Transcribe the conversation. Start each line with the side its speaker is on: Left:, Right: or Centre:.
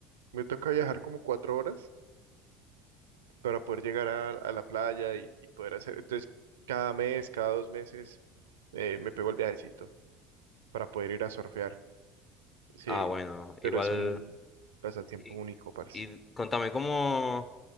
Right: me toca viajar como cuatro horas para poder llegar a, a la playa y, y poder hacer. Entonces, cada mes, cada dos meses, eh, me pego el viajecito para poder ir a surfear. Sí,
Left: Ah, bueno,
Right: pero
Left: igual.
Right: es un pasatiempo
Left: Y,
Right: único, parce.
Left: y contame, ¿cómo?